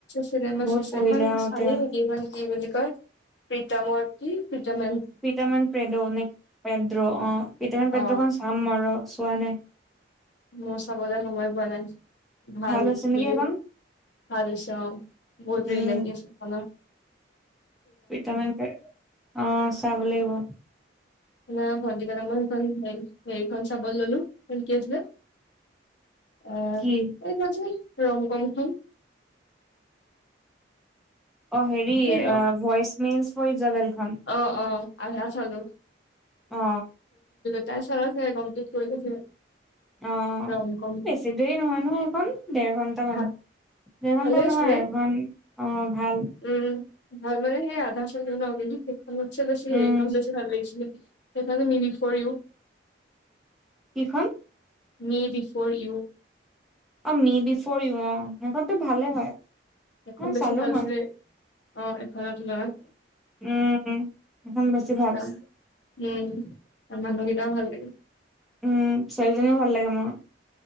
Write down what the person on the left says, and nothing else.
চিনেমা
চাইছে
এইখন
চালি
নেকি এইখন। কি বুলি কয় প্ৰীতমৰ কি প্ৰীতমেন-
অ
মউ চাবলে সময় পোৱা নাই। ভাল
বুলি
ভাল হৈছে অঁ' বহুত
জৰ লাগি আছে। হল।
সেইদিনা ভন্টি কাৰনে ময় সেইখন হেৰি খন চাবলে ললো সেইখন কি আছিলে? অ
এই টানচোন ৰম কম খন।
এই
অঁ অঁ আধা চালো।
তাই চালে চাগে, কমপ্লেট কৰিলে চাগে।
ৰম কম
ভাল
ভালে
আছিলে
উম' ভাল মানে সেই আধা চালো কিন্তু সেইখনতছে বেছি হেৰিখন
বেছি ভাল লাগিছিলে। সেইফালে মিৰিফ কৰিও।
মি বি ফ'ৰ ইউ।
সেইখন বেছি
ভাল
আছিলে অঁ এইখনৰ তুলনাত।
তাম উম' তা মানুহগিটাও ভাল লাগিল।